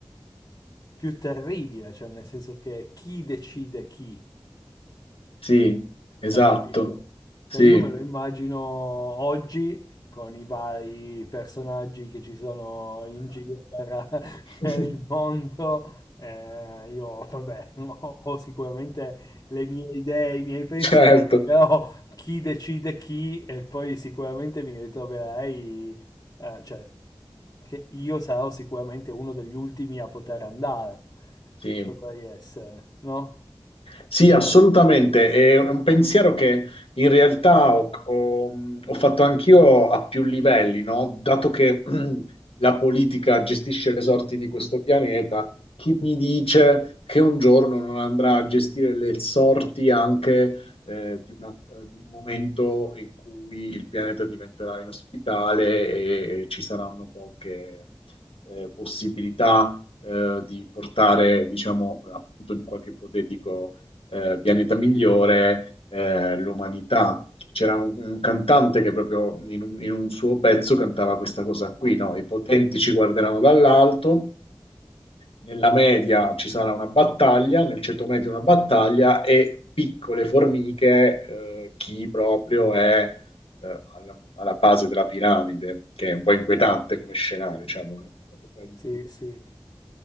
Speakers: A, on the left (about 35°); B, on the left (about 90°).
A: più terribile, cioè nel senso che chi decide chi?
B: sì, esatto,
A: Hai capito?
B: sì.
A: Cioè io me lo immagino oggi con i vari personaggi che ci sono in giro per, <laughs>
B: <laughs>
A: per il mondo. Eh, io, vabbè, <laughs> ho, ho sicuramente le mie idee, i miei pensieri,
B: Certo,
A: però chi decide chi e poi sicuramente mi ritroverei, eh, cioè, che io sarò sicuramente uno degli ultimi a poter andare,
B: sì.
A: potrei essere, no?
B: Sì, assolutamente. È un pensiero che in realtà ho, ho- ho fatto anch'io a più livelli, no? Dato che <clears throat> mm, la politica gestisce le sorti di questo pianeta, chi mi dice che un giorno non andrà a gestire le sorti anche eh, di una- di un momento in cui il pianeta diventerà inospitale e ci saranno poche eh, possibilità eh, di portare, diciamo, appunto in qualche ipotetico eh, pianeta migliore eh, l'umanità. C'era un, un, cantante che proprio in un, in un suo pezzo cantava questa cosa qui, no? I potenti ci guarderanno dall'alto, nella media ci sarà una battaglia, nel ceto medio una battaglia e piccole formiche, eh, chi proprio è eh, alla, alla, base della piramide, che è un po' inquietante come scenario, diciamo, no? apocalittico.
A: Sì, sì.